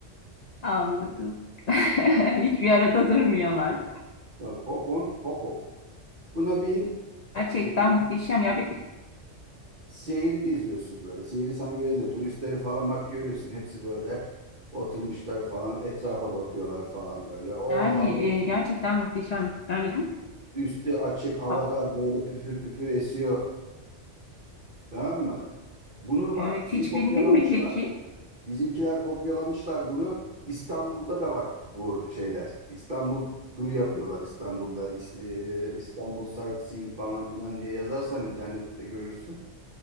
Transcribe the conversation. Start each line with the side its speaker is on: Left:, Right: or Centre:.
Left: <laughs> Anladım. <laughs> Hiçbir arada durmuyorlar.
Right: Bak hop on hop off. Buna bin
Left: Gerçekten
Right: e,
Left: muhteşem ya. Bir de
Right: Şehri geziyorsun böyle. Şehri sana geziyor. Turistleri falan bak görüyorsun. Hepsi böyle oturmuşlar falan. Etrafa bakıyorlar falan böyle. O
Left: Yani
Right: hava
Left: e, gerçekten muhteşem. Yani Hı?
Right: üstü açık havadar
Left: A-
Right: böyle püfür püfür esiyor. Tamam mı? Bunu
Left: evet
Right: bak bunu
Left: hiç
Right: kopyalamışlar.
Left: bindin mi peki?
Right: Bizimkiler kopyalamışlar bunu. İstanbul'da da var bu şeyler. İstanbul turu yapıyorlar İstanbul'da. İs- e, İstanbul sightseeing falan filan diye yazarsan internette görürsün.